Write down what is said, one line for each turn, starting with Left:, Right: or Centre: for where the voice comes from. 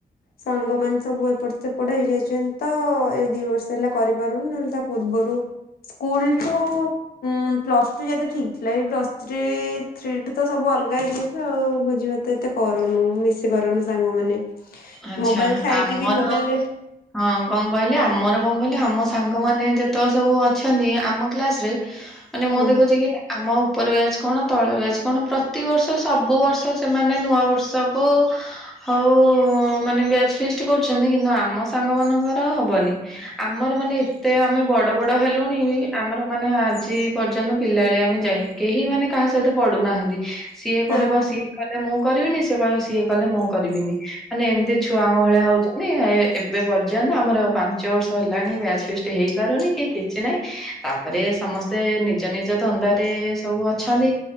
Left: ସାଙ୍ଗମାନେ ସବୁ ଏପଟ ସେପଟ ହେଇ ଯାଇଚନ୍ତି ତ ଦିବର୍ଷ ହେଲା କରିପାରୁନି ନହେଲେ ତା ପୂର୍ବରୁ ସ୍କୁଲ୍ ଟା ଉଁ ପ୍ଲସଟୁ ଯାତେ ଠିକ୍ ଥିଲା ଏଇ ପ୍ଲସ ଥ୍ରୀ ଥ୍ରୀୁ ଠୁ ତ ସବୁ ଅଲଗା ହେଇଯାଇଚୁ ଆଉ ଭୋଜିିଭା ତ ଏତେ କରୁନୁ ମିଶି ପାରୁନୁ ସାଙ୍ଗମାନେ,
Centre: ଆଚ୍ଛା
Left: ମୋବାଇଲ ଥାଇକି
Centre: ଆମର
Left: ବି ମୋବାଇଲରେ
Centre: ହଁ କଁ କହିଲେ ଆମର କଣ କହିଲେ ଆମ ସାଙ୍ଗମାନେ ଯେତକ ସବୁ ଅଛନ୍ତି ଆମ କ୍ଲାସ ରେ ମାନେ ମୁଁ
Left: ହଁ
Centre: ଦେଖୁଚି କି ଆମ ଉପର ବ୍ୟାଚ୍ କଣ ତଳ ବ୍ୟାଚ୍ କଣ ପ୍ରତିିବର୍ଷ ସବୁବର୍ଷ ସେମାନେ ନୂଆବର୍ଷ କୁ ହଉ ମାନେ ବ୍ୟାଚ୍ ଫିଷ୍ଟ୍ କରୁଚନ୍ତି କିନ୍ତୁ ଆମ ସାଙ୍ଗ ମାନ ଙ୍କର ହବନି ଆମର ମାନେ ଏତେ ଆମେ ବଡବଡ ହେଲୁଣି ବି ଆମ ର ମାନେ ଆଜି ପର୍ଯ୍ୟନ୍ତ ପିଲାଳିଆମି ଯାଇନି କେହି ମାନେ କାହା ସହିତ ପଡୁନାହାନ୍ତି। ସିଏ
Left: ହଁ
Centre: କହିବ ସିଏ କଲେ ମୁଁ କରିବିନି ସିଏ କହିବ ସିଏ କଲେ ମୁଁ କରିବିନି। ମାନେ ଏମିତି ଛୁଆଙ୍କ ଭଳିଆ ହଉଚନ୍ତି ଏବେ ପର୍ଯ୍ୟନ୍ତ ଆମର ପାଞ୍ଚ ବର୍ଷ ହେଲାଣି ବ୍ୟାଚ୍ ଫିଷ୍ଟ୍ ହେଇପାରୁନି। କି କିଛି ନହିଁ ତାପରେ ସମସ୍ତେ ନିଜନିଜ ଧନ୍ଦାରେ ସବୁ ଅଛନ୍ତି